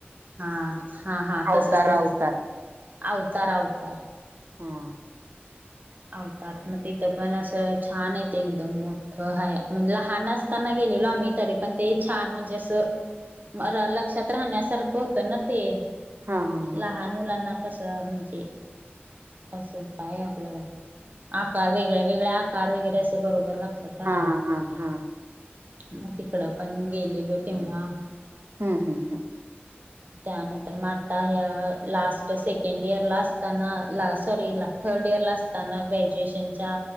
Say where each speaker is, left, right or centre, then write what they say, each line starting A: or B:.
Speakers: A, on the right; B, on the right.
A: हा हा हा
B: अवतार
A: तसंच तसंच
B: अवतार
A: अवतार अवतार.
B: हां.
A: आवतारं म तिथं पण असं छान आहे ते एकदम मोठं हाय म्हणजे लहान अस ताना गेलेलो आम्ही तरी पण ते छान म्हणजे असं म र लक्षात राहण्यासारखं होतं ना ते.
B: हा हा
A: लहान मुलांना कसं म्हणजे असं काय आपलं आकार वेगळे-वेगळे आकार वगैरे असे बरोबर लक्षात राहतात.
B: हा हा हा हा
A: मग तिकडं पण गेलेलो तेव्हा.
B: हम्म हम्म हम्म.
A: त्यानंतर म आत्ता ह्या लास्ट सेकंड इयर ला असताना ला सॉरी ला थर्ड इयर ला अस ताना ग्रॅज्युएशनच्या